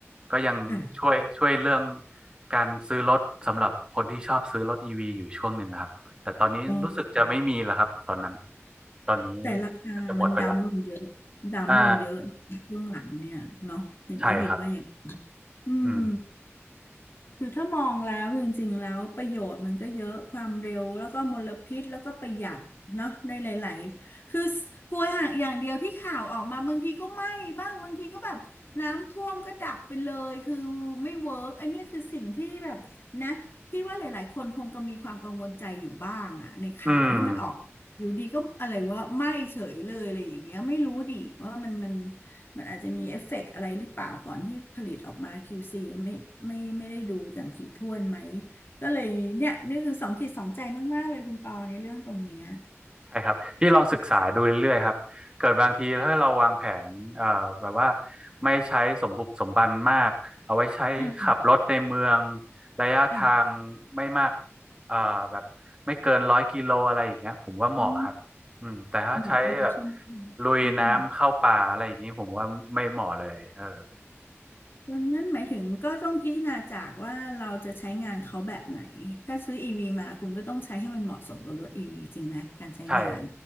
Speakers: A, on the right (about 20°); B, on the left (about 50°).
A: ก็ยังช่วยช่วยเรื่อง
B: ค่ะ
A: การซื้อรถสำหรับคนที่ชอบซื้อรถอีวีอยู่ช่วงหนึ่งนะครับแต่ตอนนี้รู้สึกจะไม่มีแล้วครับตอนนั้น
B: เออ
A: ตอนนี้
B: แต่ราคามันดำลงเยอะ
A: น่าจะหมดไปละ
B: ดำลงเยอะ
A: อ่า
B: ช่วงหลังเนี่ยเนาะเห็นได้ยินว่าอย่าง
A: ใช่ครับ
B: อืม
A: อืม
B: คือถ้ามองแล้วจริงๆแล้วประโยชน์มันก็เยอะความเร็วแล้วก็มลพิษแล้วก็ประหยัดเนาะในหลายๆคือกลัวห่างอย่างเดียวที่ข่าวออกมาบางทีก็ไหม้บ้างบางทีก็แบบน้ำท่วมก็ดับไปเลยคือไม่เวิร์กอันนี้คือสิ่งที่แบบนะพี่ว่าหลายๆคนคงก็มีความกังวลใจอยู่บ้างอะในข่าวที่มันออกอยู่ดีก็อะไรว่าไหม้เฉยเลยอะไรอย่างเงี้ยไม่รู้ดิว่ามันมัน
A: อืม
B: มันอาจจะมีเอฟเฟกต์อะไรหรือเปล่าก่อนที่ผลิตออกมา QC ไม่ไม่ไม่ได้ดูอย่างถี่ถ้วนไหมก็เลยเนี่ยนี่คือสองจิตสองใจมากๆเลยคุณปอในเรื่องตรงเนี้ย
A: ใช่ครับพี่ลองศึกษาดูเรื่อยๆครับเกิดบางทีถ้าเราวางแผนเอ่อแบบว่าไม่ใช้สมบุกสมบันมากเอาไว้ใช้ขับรถในเมือง
B: อ่า
A: ระยะทางไม่มาก
B: ค่ะ
A: เอ่อแบบไม่เกินร้อยกิโลอะไรอย่างเงี้ยผมว่าเหมาะครับอืมแต่ถ้าใช้แบบ
B: อืมเหมาะรู้ใช่ไหม
A: ลุยน้ำเข้าป่าอะไรอย่างงี้ผมว่าไม่เหมาะเลยเออ
B: อืม ดังนั้นหมายถึงก็ต้องพิจารณาจากว่าเราจะใช้งานเขาแบบไหน ถ้าซื้อ EV มาคุณก็ต้องใช้ให้มันเหมาะสมกับรถ EV จริงไหม การใช้งาน
A: ใช่